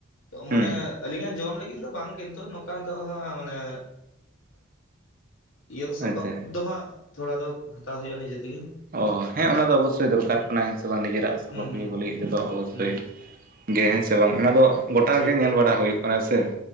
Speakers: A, on the left (about 70°); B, on the right (about 45°).
A: ᱢᱟᱱᱮ
B: ᱦᱩᱸ
A: ᱟᱹᱞᱤᱧ ᱡᱚᱢ ᱞᱟᱹᱼᱼ ᱫᱚ ᱵᱟᱝ ᱠᱤᱱᱛᱩ ᱱᱚᱝᱠᱟ ᱫᱚ <inaudible> ᱢᱟᱱᱮ ᱤᱭᱟᱹ ᱠᱚ ᱥᱟᱯᱟᱵ
B: ᱟᱪᱪᱷᱟ
A: ᱫᱚ ᱦᱟᱸᱜ ᱛᱷᱚᱲᱟ ᱫᱚ ᱦᱟᱛᱟᱣ ᱦᱩᱭᱩᱜᱼᱟ ᱱᱤᱡᱮ ᱛᱮᱜᱮ᱾
B: ᱚ ᱦᱮᱸ ᱚᱱᱟ ᱫᱚ ᱚᱵᱚᱥᱥᱳᱭ ᱫᱚᱨᱠᱟᱨ ᱠᱟᱱᱟ ᱦᱮᱸ ᱥᱮ ᱵᱟᱝ ᱱᱤᱡᱮᱨᱟᱜ ᱥᱚᱯᱚᱦᱚᱫ
A: ᱦᱩᱸ ᱦᱩᱸ
B: ᱛᱮᱜᱮ ᱵᱚ ᱞᱟᱹᱜᱤᱫ ᱛᱮᱫᱚ ᱚᱵᱚᱥᱳᱭ᱾
A: ᱦᱩᱸ
B: ᱜᱮ ᱦᱮᱸ ᱥᱮ ᱵᱟᱝ? ᱚᱱᱟ ᱫᱚ ᱜᱚᱴᱟᱜ
A: ᱴᱷᱤᱠ
B: ᱜᱮ ᱧᱮᱞ ᱵᱟᱲᱟ ᱦᱩᱭᱩᱜ ᱠᱟᱱᱟ ᱥᱮ᱾